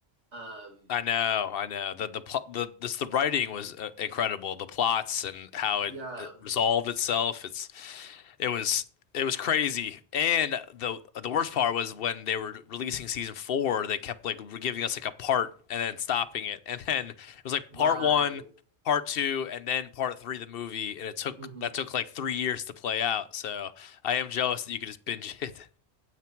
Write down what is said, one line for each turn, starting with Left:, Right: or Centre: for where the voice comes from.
Right: Um,
Left: I know, I know. The the pl the this the writing was uh, incredible. The plots and how
Right: yeah,
Left: it, it resolved itself. It's it was it was crazy. And the the worst part was when they were releasing season four, they kept like giving us like a part and then stopping it. And then it was like
Right: right.
Left: part one, part two, and then part three, the movie. And it took
Right: hmm
Left: that took like three years to play out. So I am jealous that you could just binge it.